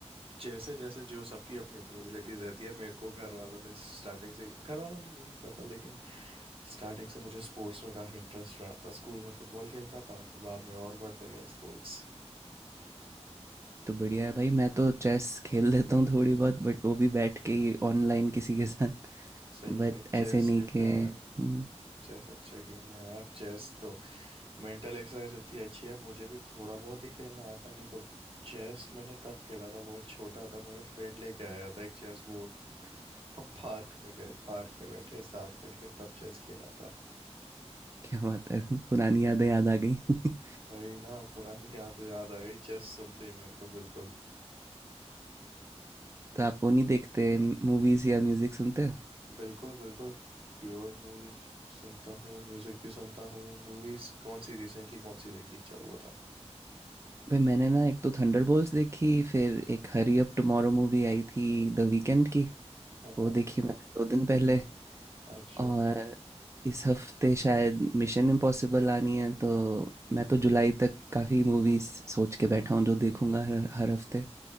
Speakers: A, on the right (about 50°); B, on the right (about 25°).
A: जैसे जैसे जो सबकी अपनी अपनी एबिलिटीज रहती है मेरे को घर वालों ने स्टार्टिंग से ही- घर वालों ने नहीं पता लेकिन स्टार्टिंग से मुझे स्पोर्ट्स में काफ़ी इंटरेस्ट रहा था स्कूल में फुटबॉल खेलता था फिर बाद में और बढ़ते गए स्पोर्ट्स
B: तो बढ़िया है भाई मैं तो चेस खेल लेता हूँ थोड़ी बहुत बट वो भी बैठ के ही ऑनलाइन किसी के साथ
A: सही है
B: बट
A: भाई चेस
B: ऐसे नहीं
A: भी प्यारा
B: कि
A: है
B: हम्म,
A: चेस अच्छा गेम है यार चेस तो मेंटल एक्सरसाइज इतनी अच्छी है मुझे भी थोड़ा बहुत ही खेलना आता है नहीं तो चेस मैंने तब खेला था बहुत छोटा था मेरा फ्रेंड लेके आया था एक चेस बोर्ड हम पार्क में गए पार्क में बैठे साथ बैठ के तब चेस खेला था
B: क्या बात है पुरानी यादें याद आ गई <laughs>
A: वही ना पुरानी याद याद आ गई चेस सुनते ही मेरे को बिल्कुल
B: तो आप वो नहीं देखते मूवीज या म्यूजिक सुनते हो
A: बिल्कुल बिल्कुल Pure movies सुनता हूँ म्यूजिक भी सुनता हूँ मूवीज कौन सी रिसेंटली कौन सी देखी चलो बताओ
B: भाई मैंने ना एक तो थंडरबोल्ट्स देखी फिर एक हरी अप टुमारो मूवी आई थी द वीकेंड की
A: हाँ हाँ
B: वो देखी मैंने दो दिन पहले
A: अच्छा
B: और इस हफ्ते शायद मिशन इम्पॉसिबल आनी है तो मैं तो जुलाई तक काफ़ी मूवीज सोच के बैठा हूँ जो देखूंगा हर हर हफ्ते